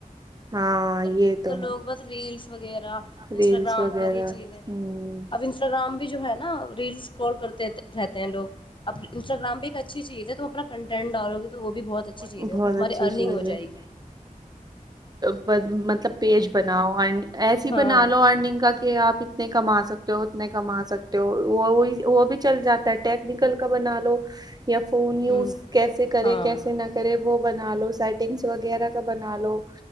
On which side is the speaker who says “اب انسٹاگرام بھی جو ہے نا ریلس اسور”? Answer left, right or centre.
Left